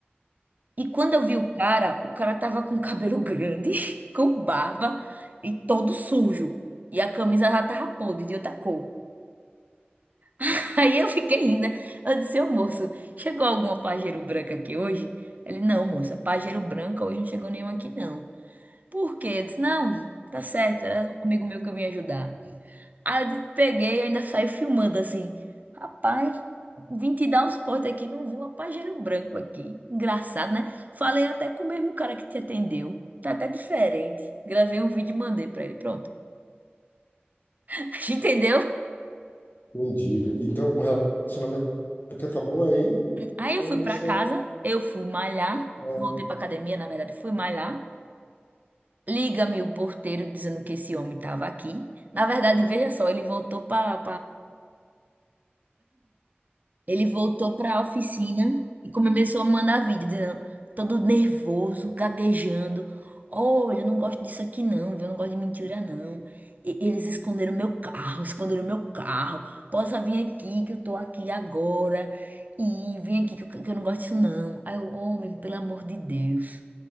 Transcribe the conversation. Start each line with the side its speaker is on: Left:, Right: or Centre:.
Right: E quando eu vi o cara, o cara tava com cabelo grande, <laughs> com barba e todo sujo. E a camisa já tava podre, de outra cor. <laughs> Aí eu fiquei rindo, né? Eu disse, ô moço, chegou alguma pajeiro branca aqui hoje? Ele, não, moça, pajeiro branca hoje não chegou nenhuma aqui não. Por quê? Eu disse, não, tá certo, era um amigo meu que eu vim ajudar. Aí eu peguei, eu ainda saí filmando assim. Rapaz, vim te dar um suporte aqui, não vi um pajeiro branco aqui. Engraçado, né? Falei até com o mesmo cara que te atendeu. Tá até diferente. Gravei um vídeo e mandei pra ele. Pronto. <laughs> Entendeu?
Left: Entendi. Então, o relacionamento acabou aí?
Right: Aí eu
Left: Poxa.
Right: fui pra casa, eu fui malhar.
Left: é.
Right: Voltei pra academia, na verdade, fui malhar. Liga-me o porteiro dizendo que esse homem tava aqui. Na verdade, veja só, ele voltou para Ele voltou para a oficina e começou a mandar vídeo, dizendo, todo nervoso, gaguejando. Olha, eu não gosto disso aqui não, viu? Eu não gosto de mentira não. E- eles esconderam meu carro, esconderam meu carro. Possa vir aqui que eu tô aqui agora. E vem aqui que eu, que eu não gosto disso não. Aí o homem, pelo amor de Deus.